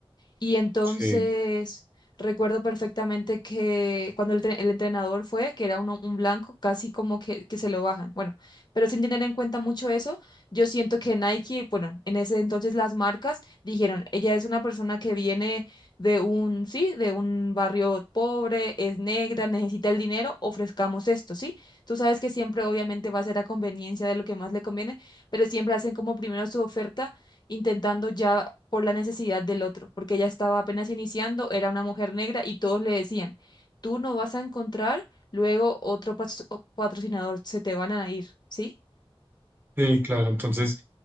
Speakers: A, on the left; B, on the right.
A: Y entonces
B: sí.
A: recuerdo perfectamente que cuando el, tre- el entrenador fue, que era uno- un blanco, casi como que, que se lo bajan. Bueno, pero sin tener en cuenta mucho eso, yo siento que Nike, bueno, en ese entonces las marcas dijeron, ella es una persona que viene de un, sí, de un barrio pobre, es negra, necesita el dinero, ofrezcamos esto, ¿sí? Tú sabes que siempre obviamente va a ser a conveniencia de lo que más le conviene, pero siempre hacen como primero su oferta intentando ya por la necesidad del otro, porque ella estaba apenas iniciando, era una mujer negra y todos le decían, tú no vas a encontrar luego otro pas- o- patrocinador, se te van a ir, ¿sí?
B: Sí, claro, entonces